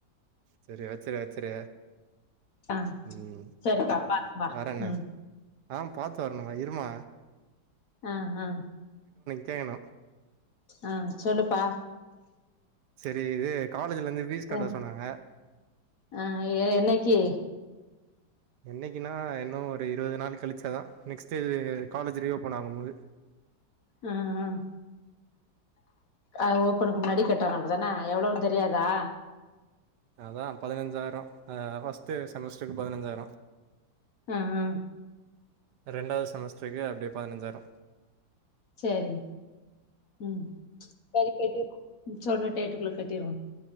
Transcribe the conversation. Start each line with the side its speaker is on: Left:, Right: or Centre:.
Right: செரி வெச்சுறு வெச்சுறு
Left: ஆ
Right: ம்
Left: சேரிப்பா பாத்து வா
Right: வேறென்ன
Left: ம்
Right: ஆ பாத்து வரணுமா இருமா
Left: அ அ
Right: தேங்குணு
Left: ஆ சொல்லுப்பா
Right: செரி இது காலேஜ்லந்து ஃபீஸ் கட்ட
Left: ஆ
Right: சொன்னாங்க
Left: ஆ என்னைக்கு
Right: என்னைக்கினா இன்னு ஒரு இருவது நாள் கழிச்சாதா நெக்ஸ்ட்டு இது காலேஜு ரீஓப்பன் ஆகம்போது
Left: ம் ம் அ ஓப்பனுக்கு முன்னாடி கட்டணு அப்டிதான எவ்ளவுன் தெரியாதா
Right: அதா பதினெஞ்சாய்ரோ ஆ ஃபஸ்ட்டு செமஸ்ட்ருக்கு பதினெஞ்சாய்ரோ
Left: அ அ
Right: ரெண்டாவ்து செமஸ்ட்ருக்கு அப்டே பதினெஞ்சாய்ரோ
Left: செரி ம் செரி கட்டி <inaudible> சொன்ன டேட்டுக்குள்ல கட்டிறுவோ